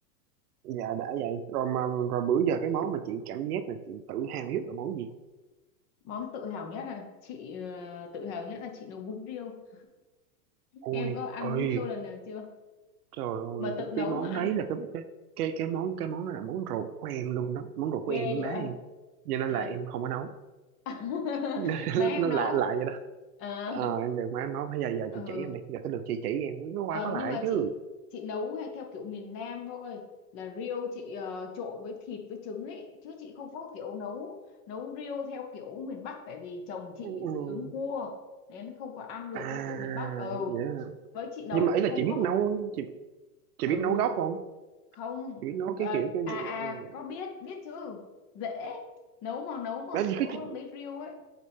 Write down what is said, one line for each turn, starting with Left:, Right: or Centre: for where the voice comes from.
Right: dạ đã vậy rồi mà rồi bữa giờ cái món mà chị cảm giác là chị tự hào nhất là món gì
Left: món tự hào nhất là chị ờ, tự hào nhất là chị nấu bún riêu em
Right: ôi
Left: có ăn
Right: ơi
Left: bún riêu lần nào chưa
Right: trời ơi
Left: mà tự nấu
Right: cái món
Left: mà ăn
Right: đấy
Left: á
Right: là cái cái cái, cái món cái món đó là món ruột của em luôn đó món ruột của
Left: ghê
Right: em với má
Left: vậy
Right: em cho nên
Left: trời
Right: là em không có nấu
Left: <laughs>
Right: <laughs>
Left: má em
Right: nó
Left: nấu
Right: lạ lạ vậy đó
Left: à,
Right: ờ em được má em nói bây giờ giờ
Left: ừ
Right: chị chỉ em đi giờ tới lượt chị chỉ em nó qua
Left: Ờ,
Right: có lại
Left: nhưng mà
Right: chứ
Left: chị chị nấu hay theo kiểu miền Nam thôi là riêu chị ờ, trộn với thịt với trứng ấy chứ chị không có kiểu nấu nấu riêu theo kiểu miền Bắc tại vì chồng chị
Right: ừ.
Left: bị
Right: ừ.
Left: dị ứng cua nên không có ăn được
Right: À,
Left: theo kiểu miền Bắc ừ
Right: vậy hả?
Left: với chị nấu
Right: Nhưng mà
Left: cũng
Right: ý là
Left: không
Right: chị biết
Left: có
Right: nấu chị chị
Left: ừ
Right: biết nấu gốc không?
Left: không
Right: Chị biết nấu
Left: Ờ,
Right: cái kiểu cái
Left: à
Right: việc
Left: à
Right: uh,
Left: có biết biết chứ dễ nấu mà nấu mà
Right: là gì
Left: kiểu
Right: cứ chị,
Left: lấy riêu ấy